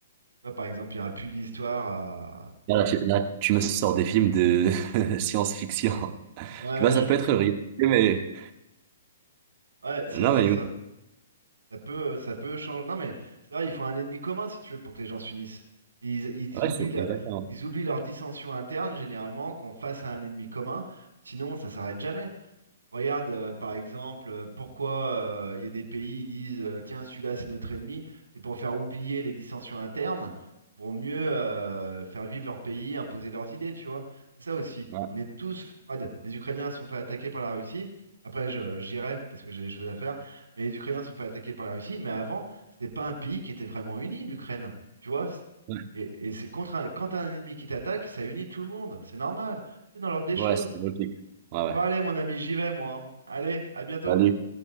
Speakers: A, on the right; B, on the right.
A: vois, par exemple, il n'y aura plus d'histoire à...
B: Là,
A: des
B: là,
A: petits-
B: tu, là, tu me sors des films de <laughs> science-fiction.
A: Ouais,
B: Tu vois, ça
A: je
B: peut
A: veux...
B: être réel, mais...
A: Ouais, c'est
B: Non,
A: c'est
B: mais...
A: ça. Ça peut, euh, ça peut changer. Non, mais c'est vrai, il faut un ennemi commun, si tu veux, pour que les gens s'unissent. Ils, ils
B: Ouais,
A: oublient
B: c'est
A: la-
B: exactement.
A: ils oublient leur dissension interne, généralement, qu'on face à un ennemi commun. Sinon, ça s'arrête jamais. Regarde, euh, par exemple, euh, pourquoi euh, il y a des pays qui disent euh, tiens, celui-là c'est notre ennemi, c'est pour faire oublier les dissensions internes, pour mieux euh, faire vivre leur pays, imposer leurs idées, tu vois. C'est ça aussi.
B: Ouais,
A: On est tous, Fred, les Ukrainiens se sont fait attaquer par la Russie. Après, je- j'irai parce que j'ai des choses à faire, mais les Ukrainiens se sont fait attaquer par la Russie. Mais avant, c'était pas un pays qui était vraiment uni, l'Ukraine. Tu vois? c'est-
B: ouais,
A: Et, et c'est contre un- quand t'as un ennemi qui t'attaque, ça unit tout le monde. C'est normal. C'est dans l'ordre des choses.
B: Ouais, c'est logique. Ouais, ouais.
A: Bon, allez, mon ami, j'y vais, moi. hein. Allez, à bientôt.
B: Salut.